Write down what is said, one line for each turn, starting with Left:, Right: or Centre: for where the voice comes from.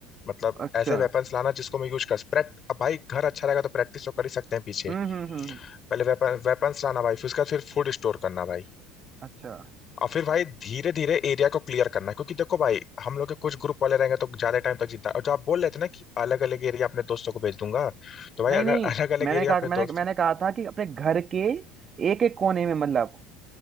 Left: मतलब
Right: अच्छा
Left: ऐसे वेपन्स लाना जिसको मैं यूज कर प्रैक्ट अब भाई घर अच्छा रहेगा तो प्रैक्टिस तो कर ही सकते हैं पीछे
Right: हम्म हम्म हम्म हम्म।
Left: पहले वेपन वेपन्स लाना भाई फिर उसके बाद फिर फूड स्टोर करना भाई
Right: अच्छा
Left: और फिर भाई धीरे धीरे एरिया को क्लियर करना क्योंकि देखो भाई हम लोग के कुछ ग्रुप वाले रहेंगे तो ज्यादा टाइम तक जिंदा और जो आप बोल रहे थे ना कि अलग अलग एरिया अपने दोस्तों को भेज दूंगा तो भाई
Right: नहीं
Left: अगर
Right: नहीं
Left: <laughs> अलग अलग
Right: मैंने
Left: एरिया
Right: कहा
Left: अपने
Right: मैंने
Left: दोस्त
Right: मैंने कहा था कि अपने घर के एक एक कोने में मतलब